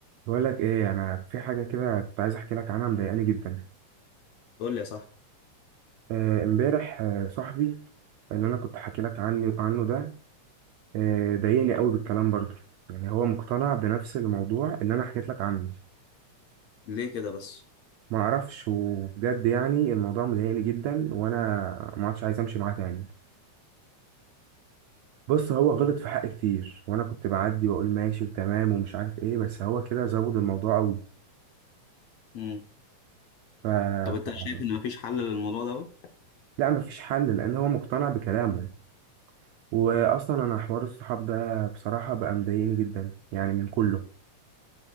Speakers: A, on the right (about 80°); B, on the left (about 75°).
A: بقول لك ايه انا في حاجه كده كنت عايز احكي لك عنها مضايقاني جدا
B: قول لي يا صاحبي
A: آه، امبارح آه، صاحبي اللي انا كنت حكي لك عنه عنه ده آه، ضايقني قوي بالكلام برضه يعني هو مقتنع بنفس الموضوع اللي انا حكيت لك عنه
B: ليه كده بس
A: ما اعرفش وبجد يعني الموضوع مضايقني جدا وانا ما عادش عايز امشي معاه تاني بص هو غلط في حقي كتير وانا كنت بعدي واقول ماشي وتمام ومش عارف ايه بس هو كده زود الموضوع قوي
B: امم
A: ف...
B: طب انت
A: ف...
B: شايف ان مفيش حل للموضوع دوت
A: لا مفيش حل لان هو مقتنع بكلامه واصلا انا حوار الصحاب ده بصراحه بقى مضايقني جدا يعني من كله